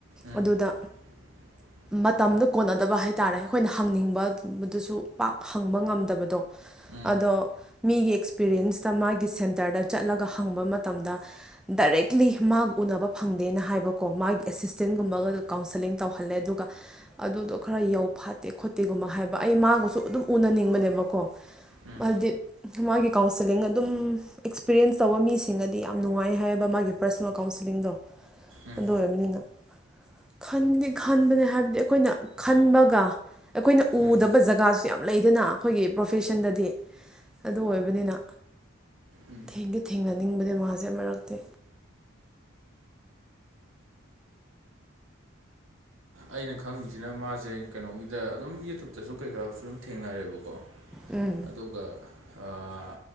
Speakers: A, on the right (about 75°); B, in the centre.
A: ꯎꯝ
B: ꯑꯗꯨꯗ
A: <inaudible>
B: ꯃꯇꯝꯗꯣ ꯀꯣꯟꯅꯗꯕ ꯍꯥꯏꯇꯥꯔꯦ ꯑꯩꯈꯣꯏꯅ ꯍꯪꯅꯤꯡꯕ ꯃꯗꯨꯁꯨ ꯄꯥꯛ ꯍꯪꯕ ꯉꯝꯗꯕꯗꯣ
A: ꯎꯝ
B: ꯑꯗꯣ ꯃꯤꯒꯤ ꯑꯦꯛꯁꯄꯤꯔꯤꯌꯦꯟꯁꯇ ꯃꯥꯒꯤ ꯁꯦꯟꯇꯔꯗ ꯆꯠꯂꯒ ꯍꯪꯕ ꯃꯇꯝꯗ ꯗꯥꯏꯔꯦꯛꯂꯤ ꯃꯥꯒ ꯎꯅꯕ ꯐꯪꯗꯦꯅ ꯍꯥꯏꯕꯀꯣ ꯃꯥꯒꯤ ꯑꯦꯁꯤꯁꯇꯦꯟꯒꯨꯝꯕꯒ ꯀꯥꯎꯟꯁꯦꯂꯤꯡ ꯇꯧꯍꯜꯂꯦ ꯑꯗꯨꯒ ꯑꯗꯨꯗꯣ ꯈꯔ ꯌꯧ ꯐꯥꯠꯇꯦ ꯈꯣꯠꯇꯦꯒꯨꯝꯕ ꯍꯥꯏꯕ ꯑꯩ ꯃꯥꯒꯁꯨ ꯑꯗꯨꯝ ꯎꯅꯅꯤꯡꯕꯅꯦꯕꯀꯣ
A: ꯎꯝ
B: ꯍꯥꯏꯕꯗꯤ ꯃꯥꯒꯤ ꯀꯥꯎꯟꯁꯤꯂꯤꯡ ꯑꯗꯨꯝ ꯑꯦꯛꯁꯄꯤꯔꯤꯌꯦꯟꯁ ꯇꯧꯕ ꯃꯤꯁꯤꯡꯒꯗꯤ ꯌꯥꯝ ꯅꯨꯡꯉꯥꯏ ꯍꯥꯏꯌꯦꯕ ꯃꯥꯒꯤ ꯄ꯭ꯔꯁꯣꯅꯦꯜ ꯀꯥꯎꯟꯁꯤꯂꯤꯡꯗꯣ
A: ꯎꯝ
B: ꯑꯗꯨ ꯑꯣꯏꯔꯕꯅꯤꯅ ꯈꯟꯗꯤ ꯈꯟꯕꯅꯦ ꯍꯥꯏꯕꯗꯤ ꯑꯩꯈꯣꯏꯅ ꯈꯟꯕꯒ ꯑꯩꯈꯣꯏꯅ ꯎꯗꯕ
A: ꯎꯝ
B: ꯖꯒꯥꯁꯨ ꯌꯥꯝ ꯂꯩꯗꯅ ꯑꯩꯈꯣꯏꯒꯤ ꯄ꯭ꯔꯣꯐꯦꯁꯟꯗꯗꯤ ꯑꯗꯨ ꯑꯣꯏꯕꯅꯤꯅ
A: ꯎꯝ
B: ꯊꯦꯡꯗꯤ ꯊꯦꯡꯅꯅꯤꯡꯕꯅꯤ ꯃꯥꯁꯦ ꯃꯔꯛꯇ
A: ꯑꯩꯅ ꯈꯪꯉꯤꯁꯤꯅ ꯃꯥꯖꯦ ꯀꯩꯅꯣꯒꯤꯗ ꯑꯗꯨꯝ ꯌꯨꯇꯨꯨꯞꯇꯖꯨ ꯀꯩꯀꯥꯗꯖꯨ ꯑꯗꯨꯝ ꯊꯦꯡꯅꯔꯦꯕꯀꯣ
B: ꯎꯝ
A: ꯑꯗꯨꯒ ꯑꯥ